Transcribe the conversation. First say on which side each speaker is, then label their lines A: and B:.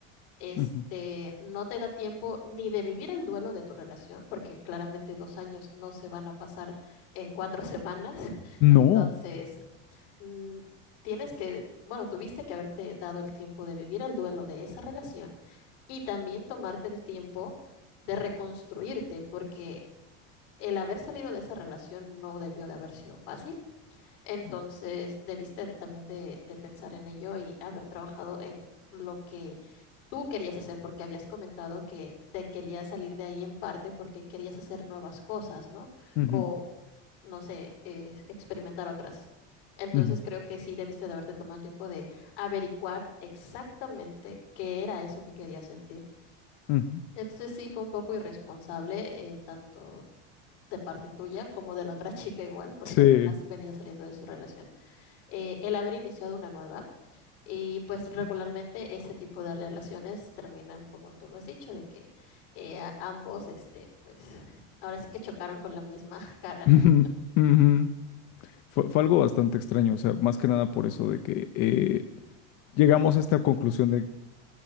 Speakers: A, on the left (about 85°); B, on the left (about 50°).
A: este,
B: ujú.
A: no te da tiempo ni de vivir el duelo de tu relación, porque claramente dos años no se van a pasar en cuatro semanas. <laughs>
B: No,
A: Entonces, mm, tienes que, bueno, tuviste que haberte dado el tiempo de vivir el duelo de esa relación y también tomarte el tiempo de reconstruirte, porque el haber salido de esa relación no debió de haber sido fácil. Entonces,
B: no.
A: debiste de- también de, de pensar en ello y haber trabajado en lo que tú querías hacer, porque habías comentado que te querías salir de ahí en parte porque querías hacer nuevas cosas, ¿no?
B: ujú,
A: O, no sé, eh, experimentar otras. Entonces,
B: ujú,
A: creo que sí debiste de haberte tomado el tiempo de averiguar exactamente qué era eso que querías sentir.
B: ujú.
A: Entonces, sí fue un poco irresponsable, eh, tanto de parte tuya como de la otra <laughs> chica igual, porque
B: Sí.
A: apenas venía saliendo de su relación eh, el haber iniciado una nueva. Y pues regularmente ese tipo de relaciones terminan como tú lo has dicho, de que eh, a- ambos, este, pues ahora sí que chocaron con la misma <laughs>
B: <laughs>
A: cara, ¿no?
B: ujú, ujú. Fue, fue algo bastante extraño, o sea, más que nada por eso de que eh, llegamos a esta conclusión de,